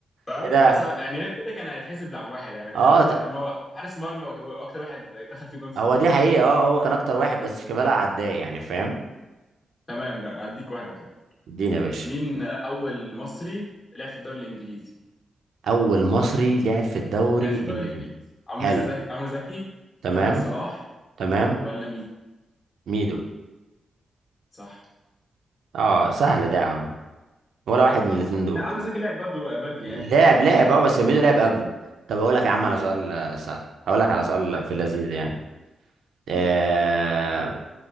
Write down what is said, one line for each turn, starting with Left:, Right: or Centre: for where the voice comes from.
Left: صح
Right: كده
Left: بس يعني غير كده كان هيتحسب لعب واحد يعني اكيد
Right: اه
Left: لعب واحد
Right: ت-
Left: لان هو حارس مرمى وك- واكتر واحد دخل فيه جون في
Right: هو
Left: الدنيا
Right: دي حقيقه اه هو كان اكتر واحد بس شيكابالا عداه يعني فاهم
Left: تمام ده هديك واحده كده
Right: اديني يا باشا
Left: مين اول مصري لعب في الدوري الانجليزي
Right: اول مصري لعب في الدوري
Left: لعب في
Right: الانجليزي
Left: الدوري الانجليزي عمرو
Right: حلو
Left: زكي عمرو زكي
Right: تمام
Left: محمد صلاح
Right: تمام
Left: ولا ميدو
Right: ميدو
Left: صح
Right: اه سهل ده يا عم ولا واحد من الاتنين دول
Left: عمرو زكي لعب برضه بدري
Right: لعب
Left: عادي
Right: لعب اه بس ميدو لعب قبله طب اقول لك يا عم
Left: امم
Right: على سؤال آه، سهل هقول لك على سؤال في اللذيذ يعني آه
Left: قول